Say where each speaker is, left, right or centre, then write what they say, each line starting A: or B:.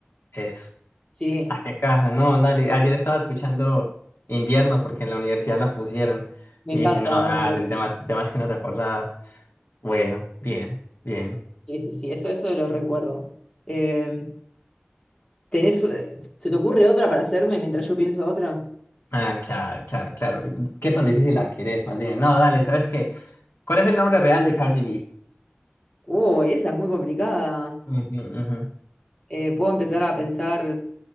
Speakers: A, on the left (about 70°); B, on the left (about 20°).
A: Eso.
B: Sí,
A: Ah, qué caja, no, dale. Ayer estaba escuchando Invierno porque en la universidad la pusieron
B: me
A: y
B: encanta
A: dije, no,
B: Winter.
A: dale, temas, temas que no te acordabas. Bueno, bien, bien.
B: Sí, sí, sí, eso, eso lo recuerdo. Eh, ¿tenés, eh, ¿se te ocurre otra para hacerme mientras yo pienso otra?
A: Ah, claro, claro, claro. ¿Qué tan difícil la querés, más bien? No, dale, ¿sabes qué? ¿Cuál es el nombre real de Cardi B?
B: Oh, esa es muy complicada.
A: Ujú, ujú.
B: Eh, puedo empezar a pensar